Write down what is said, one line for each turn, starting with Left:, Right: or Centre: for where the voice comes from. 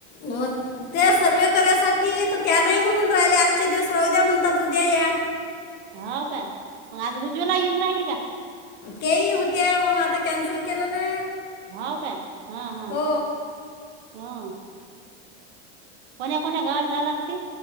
Left: हो त्या सर्व करायसाठी तर त्या नाही म्हणून राहिल्या आजचे दिवस राहू द्या म्हणतात उद्या या.
Right: हाव का, म आज उज्वला येऊन राहिली का?
Left: केही होतेया मग आता कॅन्सल केलं ना?
Right: हाव का हा, हा,
Left: हो
Right: हा. कोण्या कोण्या घर जा लागती.